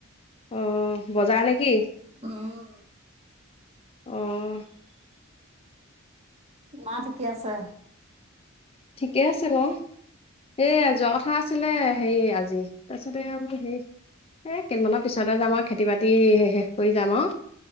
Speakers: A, on the left; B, on the right.
A: অ', বজাৰ নেকি?
B: উম।
A: অঁ।
B: মা ঠিকেই আছে?
A: ঠিকেই আছে বাৰু এইয়া যোৱা কথা আছিলে হেৰি আজি তাৰপিছতে আৰু হে এই কেইদমানৰ পিছতে যাম আৰু খেতি বাতি শেষ কৰি যাম আৰু।